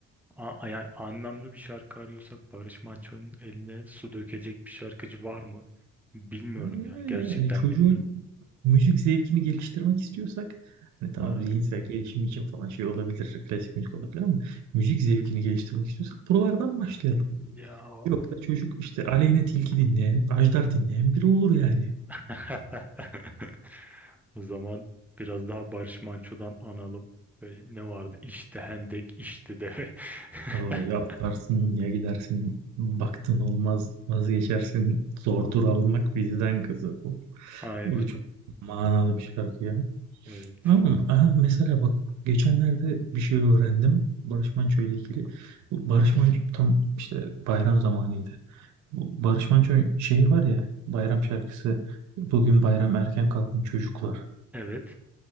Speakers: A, in the centre; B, on the right.
A: a- a- yani anlamlı bir şarkı arıyorsak Barış Manço'nun eline su dökecek bir şarkıcı var mı? Bilmiyorum
B: Aynen
A: ya
B: öyle.
A: gerçekten
B: Yani çocuğun
A: bilmiyorum.
B: müzik zevkini geliştirmek istiyorsak hani tamam
A: Aa,
B: zihinsel gelişim için falan şey olabilir, klasik müzik olabilir ama müzik zevkini geliştirmek istiyorsak buralardan başlayalım.
A: ya
B: Yoksa çocuk işte Aleyna Tilki dinleyen, Ajdar dinleyen biri olur yani.
A: <laughs> O zaman biraz daha Barış Manço'dan analım. Böyle ne vardı? İşte hendek, işte de.
B: Aa,
A: <laughs>
B: ya atlarsın ya gidersin baktın olmaz vazgeçersin zordur almak bizden kızı. O,
A: Aynen.
B: o da çok manalı bir şarkı ya.
A: Evet.
B: Ama aha, mesela bak geçenlerde bir şey öğrendim Barış Manço ile ilgili. Bu Barış Manço tam işte bayram zamanıydı. Bu Barış Manço'nun şeyi var ya bayram şarkısı Bugün bayram erken kalkın çocuklar.
A: Evet.